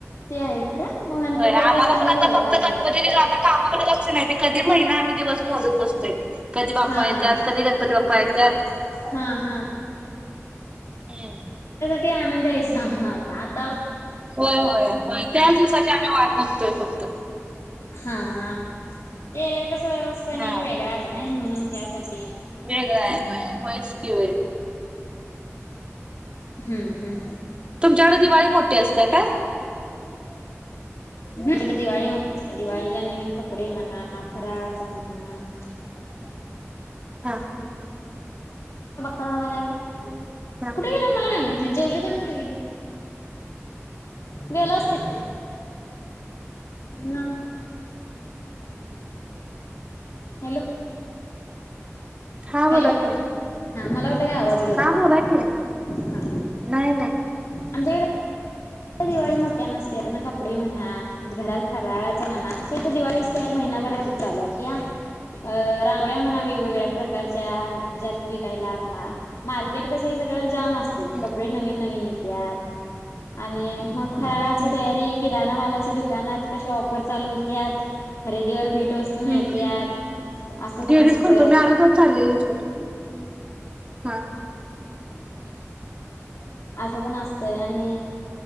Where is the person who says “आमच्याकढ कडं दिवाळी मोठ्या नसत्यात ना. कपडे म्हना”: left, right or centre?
Left